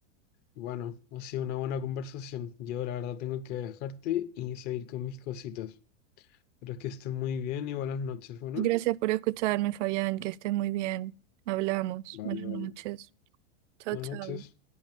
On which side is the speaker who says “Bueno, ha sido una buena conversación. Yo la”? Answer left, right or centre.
Left